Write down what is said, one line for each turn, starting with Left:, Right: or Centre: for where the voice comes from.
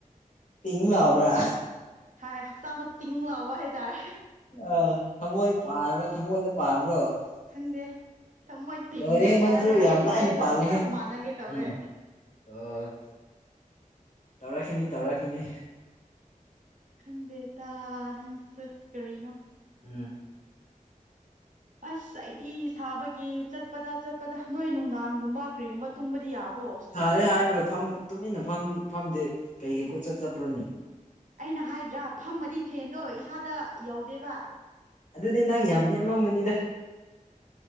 Left: ꯇꯤꯡ ꯂꯥꯎꯕ꯭ꯔꯥ
Right: ꯍꯥꯢ ꯍꯛꯆꯥꯡꯗꯣ ꯇꯤꯡ ꯂꯥꯎꯕ ꯍꯥꯏꯇꯥꯔꯦ
Left: ꯑꯥ ꯊꯃꯣꯏ ꯄꯥꯟꯕ꯭ꯔ ꯊꯃꯣꯏꯗ ꯄꯥꯟꯕ꯭ꯔꯣ
Right: ꯈꯪꯗꯦ ꯊꯃꯣꯏ ꯇꯤꯡꯅ
Left: ꯂꯣꯏꯔꯦꯍꯦ
Right: ꯄꯥꯜꯂꯛꯔꯦ
Left: ꯅꯪꯁꯨ
Right: ꯍꯥꯏꯕ
Left: ꯌꯥꯝ ꯂꯥꯏꯅ
Right: ꯏꯁꯩꯗꯣ
Left: ꯄꯥꯜꯂꯦꯍꯦ
Right: ꯈꯔ ꯃꯥꯟꯅꯒꯦ ꯇꯧꯋꯦ
Left: ꯎꯝ ꯑꯣ ꯇꯧꯔꯛꯈꯤꯅꯤ ꯇꯧꯔꯛꯈꯤꯅꯤ
Right: ꯈꯪꯗꯦꯇꯥ ꯅꯪꯁꯨ ꯀꯔꯤꯅꯣ
Left: ꯎꯝ
Right: ꯑꯁ ꯑꯩꯗꯤ ꯁꯥꯕꯒꯤ ꯆꯠꯄꯗ ꯆꯠꯄꯗ ꯅꯣꯏ ꯅꯨꯡꯗꯥꯡꯒꯨꯝꯕ ꯀ꯭ꯔꯤꯒꯨꯝꯕ ꯇꯨꯝꯕꯗꯤ ꯌꯥꯕꯔꯣ ꯁꯥ
Left: <unintelligible> ꯍꯥꯏꯔꯒ ꯐꯝ ꯇꯨꯃꯤꯟꯅ ꯐꯝ ꯐꯝꯗꯦ ꯀꯩꯒꯤ ꯀꯣꯏꯆꯠ ꯆꯠꯄ꯭ꯔꯅꯦ
Right: ꯑꯩꯅ ꯍꯥꯏꯗ꯭ꯔꯥ ꯐꯝꯃꯗꯤ ꯐꯦꯟꯗꯣ ꯏꯁꯥꯗ ꯌꯧꯗꯦꯕ
Left: ꯑꯗꯨꯗꯤ ꯅꯪ ꯌꯥꯝ ꯅꯦꯝꯃꯝꯒꯅꯤꯗ